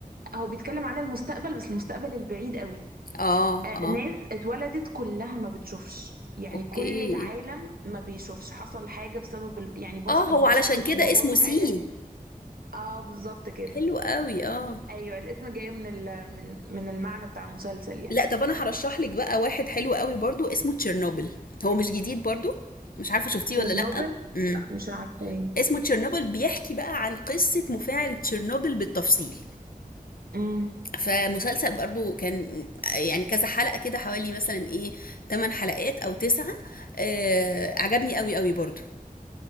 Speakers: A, on the right (about 85°); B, on the left (about 75°).
A: هو بيتكلم عن المستقبل بس المستقبل البعيد قوي
B: اه
A: آه،
B: اه
A: ناس اتولدت كلها ما بتشوفش يعني
B: اوكي
A: كل العالم ما بيشوفش حصل حاجة بسبب ال... يعني بص...
B: اه هو
A: البشر
B: علشان
A: بوظوا
B: كده اسمه سي
A: حاجة اه بالظبط كده
B: حلو قوي اه
A: ايوه الاسم جاي من ال... من من المعنى بتاع المسلسل يعني
B: لا طب انا هرشح لك بقى واحد حلو قوي برضو اسمه تشيرنوبل هو مش جديد برضو مش عارفه شفتيه
A: تشيرنوبل
B: ولا لا امم
A: لا مش عارفاه
B: اسمه تشيرنوبل بيحكي بقى عن قصه مفاعل تشيرنوبل بالتفصيل
A: امم
B: فمسلسل برضو كان يعني كذا حلقة كده حوالي مثلا ايه 8 حلقات او 9 آه عجبني قوي قوي برضو